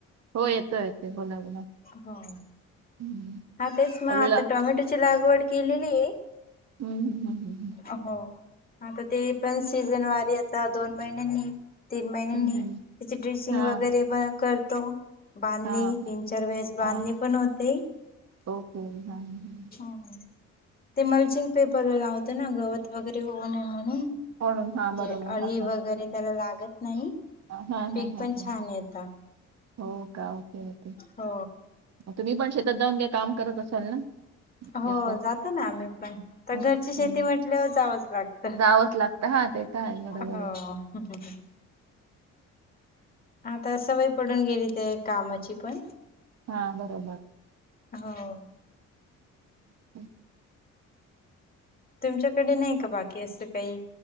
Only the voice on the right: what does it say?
हो येतो येतो बोला बोला.
हं.
पडला
हं,
हम्म हम्म हम्म हम्म.
हं, हं.
हां
हां
हां
हां.
ओके हा ह.
म्हणून हां बरोबर
हां हां
हां हां
हां हां
हां
हो का? Okay okay.
तुम्ही पण शेतात जाऊन काही काम करत असाल ना?
याचं
हां
हां
जावंच लागत. हा तेेत आहे बरोबरे.
हा बरोबर.
<inaudible>